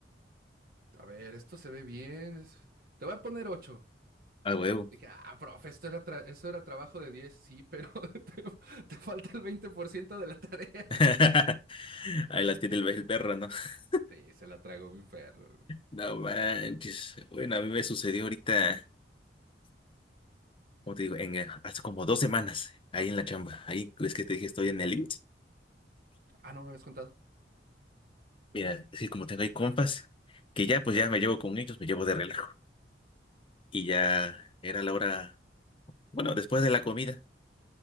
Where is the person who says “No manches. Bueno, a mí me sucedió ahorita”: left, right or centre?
Left